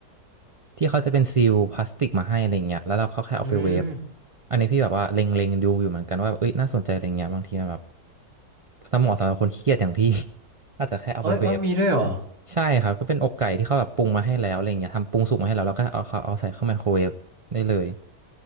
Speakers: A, on the right; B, on the right.
A: ที่เขาจะเป็นซีลพลาสติกมาให้อะไรเงี้ยแล้วเราเขาแค่เอาไปเวฟ
B: อืม
A: อันนี้พี่แบบว่าเล็งๆดูอยู่เหมือนกันว่าแบบเอ้ยน่าสนใจอะไรเงี้ยบางทีมันแบบสำหรับเหมาะสำหรับคนขี้เกียจอย่างพี่ <laughs> อาจจะแค่เอาไปเวฟ
B: เอ้ยเอ้ยมีด้วยเหรอ
A: ใช่ครับก็เป็นอกไก่ที่เขาแบบปรุงมาให้แล้วอะไรเงี้ยทำปรุงสุกมาให้แล้วแล้วก็เอาเขาเอาใส่เข้าไมโครเวฟได้เลย